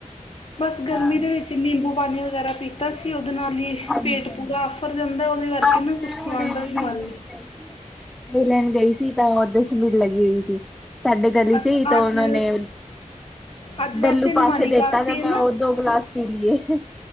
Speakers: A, on the left (about 45°); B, in the centre.
A: ਬਸ, ਗਰਮੀ
B: ਹਾਂ,
A: ਦੇ ਵਿੱਚ 'ਨਿੰਬੂ ਪਾਣੀ' ਵਗੈਰਾ ਪੀਤਾ। ਤਾਂ ਅਸੀਂ ਉਹਦੇ ਨਾਲ ਹੀ
B: ਹਾਂਜੀ
A: ਪੇਟ
B: ਹਾਂਜੀ
A: ਪੂਰਾ ਆਫਰ ਜਾਂਦਾ। ਉਹਦੇ ਕਰਕੇ
B: ਅੱਜ
A: ਨਾ
B: ਮੈਂ
A: ਕੁਛ
B: ਹੁਣੇ
A: ਖਾਣ ਦਾ ਵੀ
B: ਦਹੀਂ
A: ਮਨ
B: ਲੈਣ ਗਈ
A: ਨਹੀਂ।
B: ਸੀ ਲੈਣ ਗਈ ਸੀ। ਤਾਂ ਉਓਦੇਰ ਚ ਵੀੜ ਲੱਗੀ ਹੋਈ ਸੀ। ਸਾਡੇ ਗਲੀ ਵਿੱਚ
A: ਅੱਛਾ
B: ਹੀ ਤਾਂ
A: ਅੱਜ
B: ਉਹਨਾਂ ਨੇ।
A: ਅੱਜ ਵੈਸੇ
B: ਡੱਲੂ ਪਾ
A: ਨੁਮਾਨੀ
B: ਕੇ ਦੇਤਾ
A: ਕਾਸ਼ਤੀ
B: ਤੇ,
A: ਹੈ
B: ਮੈਂ
A: ਨਾ
B: ਉਹ ਦੋ ਗਲਾਸ ਪੀ ਲਈਏ।